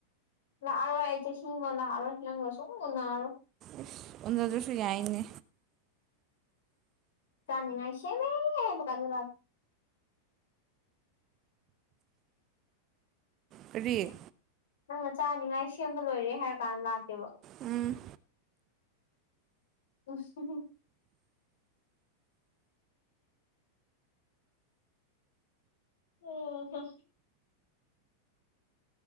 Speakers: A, on the left; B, on the right.
A: ꯂꯥꯛꯑꯔꯣꯏ ꯑꯩꯗꯤ ꯑꯁꯦꯡꯕ ꯂꯥꯛꯑꯔꯣꯏ ꯅꯪꯒ ꯁꯨꯡꯎ ꯎꯅꯔꯔꯣꯏ
B: ꯏꯁ ꯑꯣꯟꯗꯗ꯭ꯔꯁꯨ ꯌꯥꯏꯅꯦ
A: ꯆꯅꯤꯉꯥꯏ ꯁꯦꯝꯃꯦ ꯑꯗꯨꯀꯥꯟꯗꯨꯟ
B: ꯀꯔꯤ ꯗ
A: ꯅꯪꯅ ꯆꯥꯅꯤꯡꯉꯥꯏ ꯁꯦꯝꯕ ꯂꯣꯏꯔꯦ ꯍꯥꯏꯔ ꯀꯥꯟ ꯂꯥꯛꯀꯦꯕ
B: ꯎꯝ
A: ꯎꯁ ꯑꯣ ꯍ